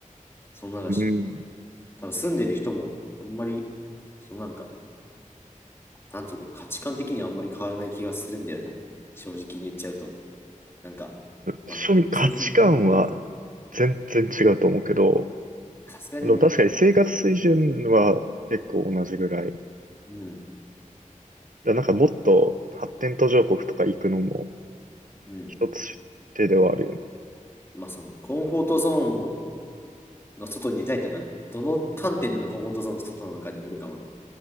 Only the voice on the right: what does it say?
ん。
庶民価値観は
全然違うと思うけど、
あの確かに生活水準は結構同じぐらい。
だなんかもっと発展途上国とか行くのも
一つ手ではあるよね。